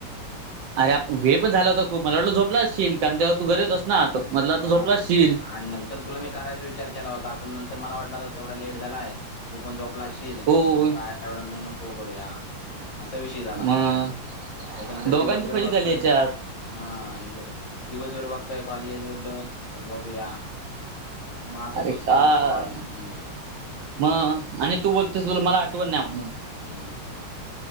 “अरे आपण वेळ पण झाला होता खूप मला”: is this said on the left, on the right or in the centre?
Right